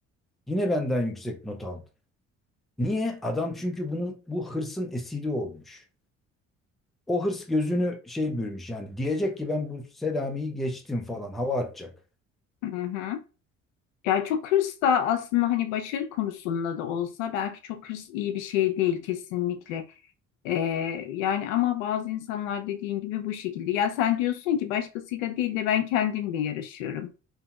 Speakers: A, in the centre; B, on the left.
A: yine benden yüksek not aldın. Niye? Adam çünkü bunun bu hırsın esiri olmuş. O hırs gözünü şey bürümüş yani diyecek ki ben bu Selami'yi geçtim falan hava atacak.
B: Hı hı. Ya çok hırs da aslında hani başarı konusunda da olsa belki çok hırs iyi bir şey değil kesinlikle. Ee, yani ama bazı insanlar dediğin gibi bu şekilde. Ya sen diyorsun ki başkasıyla değil de ben kendimle yarışıyorum.